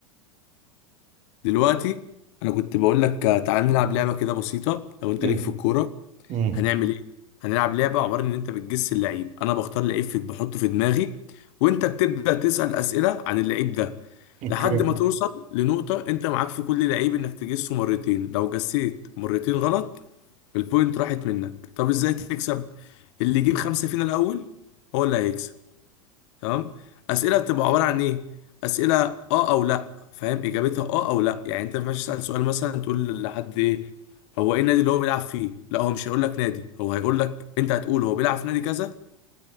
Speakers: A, on the left (about 60°); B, on the right (about 45°).
A: دلوقتي انا كنت بقول لك آه، تعال نلعب لعبه كده بسيطه لو انت
B: امم
A: ليك في الكوره
B: امم
A: هنعمل ايه هنلعب لعبه عباره ان انت بتجس اللعيب انا بختار لعيب في بحطه في دماغي وانت بتبدا تسال اسئله عن اللعيب ده
B: اوكي
A: لحد ما توصل لنقطه انت معاك في كل لعيب انك تجسه مرتين لو جسيت مرتين غلط البوينت راحت منك طب ازاي تكسب اللي يجيب خمسه فينا الاول هو اللي هيكسب تمام اسئله بتبقى عباره عن ايه اسئله اه او لا فاهم اجابتها اه او لا يعني انت ما ينفعش تسال سؤال مثلا تقول لحد ايه هو ايه النادي اللي هو بيلعب فيه لا هو مش هيقول لك نادي هو هيقول لك انت هتقول هو بيلعب في نادي كذا